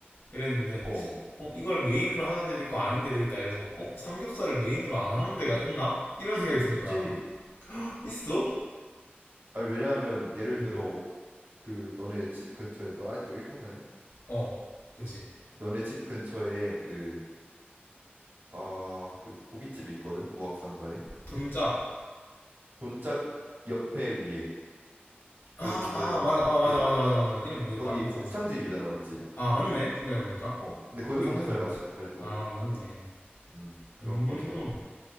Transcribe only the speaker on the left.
이랬는데,
어, 이걸 메인으로 하는 데도 있고 아닌 데도 있다. 이래서, 어, 삼겹살을 메인으로 안 하는 데가 있나? 이런 생각이 드는
거야. <laughs> 있어?
음.
어, 그치.
돈짝.
아,
아, 맞아, 아, 맞아,
맞아, 맞아, 맞아. 이름 모르겠다.
있어,
있어.
아, 맞네. 생각해보니까.
고기도
파네.
아, 맞네.
음,